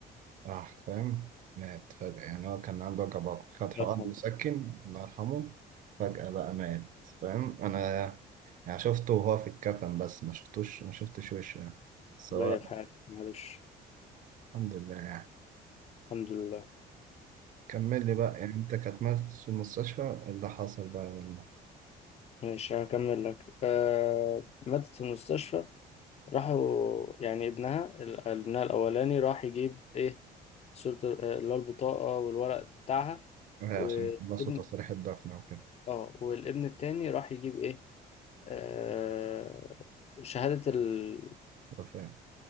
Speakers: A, on the right; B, on the left.
A: راح فاهم مات فجأة يعني هو كان عنده وجع بطن خد حقن
B: الله يرحمه
A: مسكن الله يرحمه فجأة بقى مات فاهم أنا يعني شفته وهو في الكفن بس ما شفتوش ما شفتش وشه يعني سواء
B: بيا في حالي معلش
A: الحمد لله يعني
B: الحمد لله
A: كمل لي بقى يعني أنت كانت مات في المستشفى إيه اللي حصل بقى ولا
B: ماشي هكمل لك آه ماتت في المستشفى راحوا يعني ابنها ال- ابنها الأولاني راح يجيب إيه صورة ال- آه، اللي هو البطاقة والورق بتاعها
A: إيه
B: والابن
A: عشان خلصوا تصريح الدفن وكده
B: اه والابن التاني راح يجيب إيه آه شهادة ال...
A: أه، فاهم